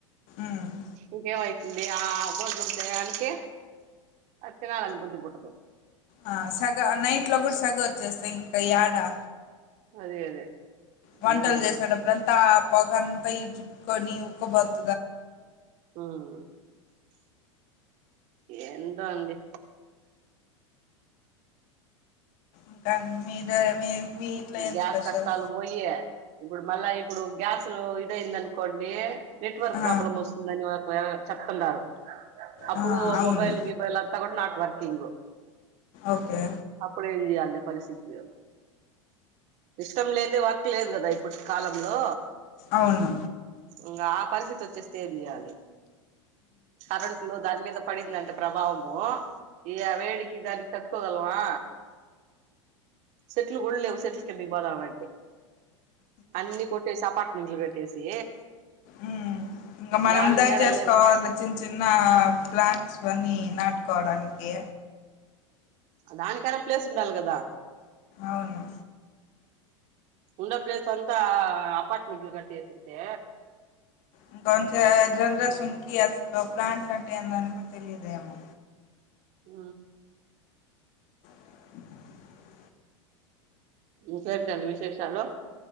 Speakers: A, on the left; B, on the right.
A: ఉమ్.
B: ఇంకేమైతుంది ఆ భోజనం చేయనికి అ తినాల అని బుధి పెట్టదు
A: ఆ సెగ నైట్ లో కూడా సెగ జసింగ్ కయాడా
B: అదే అదే
A: వంటలు
B: అలానే ఉంది
A: చేసాడుప్పుడంతా పొగంతా ఇ చుట్ కొనీ ఉప్పు బత్
B: ఆవునా ఎంటో అండి
A: ఇంకా మీద మీ ఇంట్లో ఏం
B: గ్యాస్
A: స్పెషల్
B: కష్టాలు పోయే ఇప్పుడు మళ్ళా ఇప్పుడు గ్యాస్ ఇదయందనుకో కొండి నెట్వర్క్
A: ఆ
B: ప్రాబ్లమ్ వస్తుందని ఒకవె చెప్తున్నారు అప్పుడు
A: ఆ అవును
B: మొబైల్ గిబైల్ అంతా కూడా నాట్ వర్కింగ్
A: ఓకే
B: అప్పుడు ఏం చేయాలి పరిస్ టీటీఆర్ ఇష్టం లేందే వర్క్ లేదు కదా ఇప్పుడు కాలంలో
A: అవును
B: ఇంకా పరిస్థితి వచ్చేస్తే ఏం చేయాలి కరెంట్ లో దాని మీద పడిందంటే ప్రభావం ఆ ఇయ్య వేడికి దానికి తట్కోగల్మా చెట్లు కొళ్లేవు చెట్లకిబదావంటే అన్ని కొట్టేసి అపార్ట్మెంట్లు కట్టేసి
A: ఊ ఇంకా మన
B: యాడ
A: దా
B: నీడ
A: చేసుకోవాలి
B: లేవు
A: చిన్న చిన్న ప్లాన్స్ వని నాటుకోవడానికి
B: దానికైనా ప్లేస్ ఉండాలి కదా
A: అవును
B: ఉండ ప్లేస్ అంతా అపార్ట్మెంట్లు గట్టేస్తుంటే
A: ఇంకంచె జనరెసన్ అసలు ప్లాంట్లు అంటే ఏందని కూడా తెలియదేమో
B: ఊ
A: <inaudible>
B: ఇసరిదండి విశేషాలు